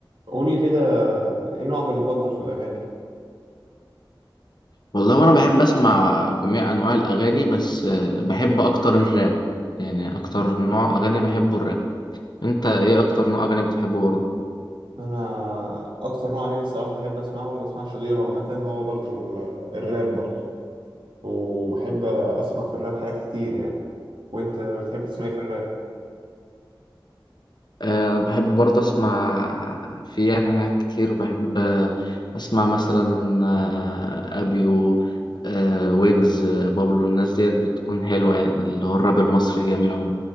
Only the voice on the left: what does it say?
والله وانا بحب اسمع جميع انواع الاغاني بس آه، بحب اكتر الراب يعني اكتر نوع اغاني بحبه الراب انت ايه اكتر نوع اغاني بتحبه برضه
أه بحب برضه أسمع في يعني حاجات كتير بحب آه، أسمع مثلا آه، أبيو أه ويجز آه، بابلو الناس ديت بتكون حلوة يعني اللي هو الراب المصري جميل عموما